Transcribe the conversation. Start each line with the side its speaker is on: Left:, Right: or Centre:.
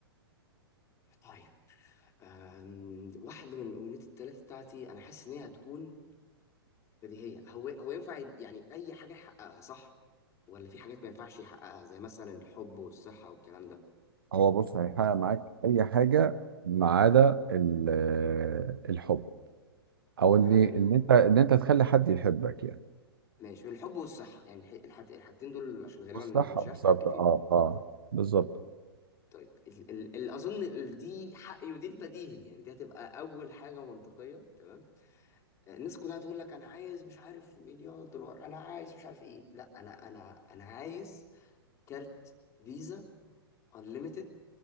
Left: طيب أم، واحدة من الأمنيات التلاتة بتاعتي أنا حاسس إن هي هتكون بديهية هو هو ينفع يد- يعني أي حاجة يحققها صح؟ ولا في حاجات ما ينفعش يحققها زي مثلا الحب والصحة والكلام ده
Right: هو بص هيحقق معاك اي حاجه ما عدا ال- آه، الحب او
Left: ما
Right: ان
Left: عدا
Right: ان
Left: الحب
Right: انت ان انت تخلي حد يحبك يعني
Left: ماشي الحب والصحة يعني الح- الحاجت- الحاجتين دول عشان غالبا
Right: بص صح
Left: مش
Right: بالظبط
Left: عارف أتحكم فيهم
Right: اه اه بالظبط
Left: طيب ال ال ال أظن ال- دي حقي ودي البديهي يعني دي هتبقى أول حاجة منطقية تمام الناس كلها تقول لك انا عايز مش عارف مليار دولار انا عايز مش عارف ايه لا انا انا انا عايز كارت فيزا انليميتد